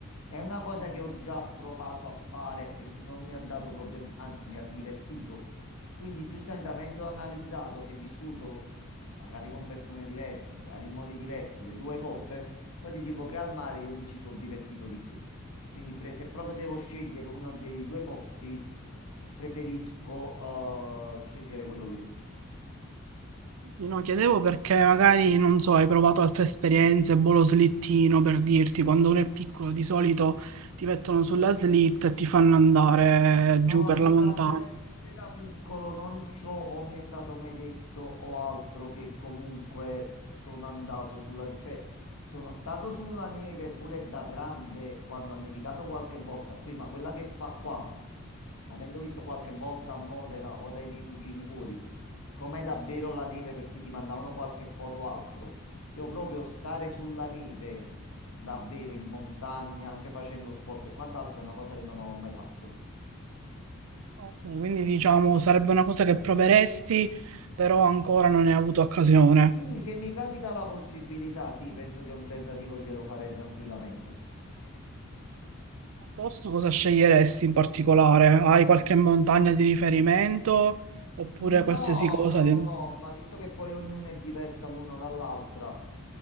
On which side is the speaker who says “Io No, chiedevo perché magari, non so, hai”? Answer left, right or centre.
Right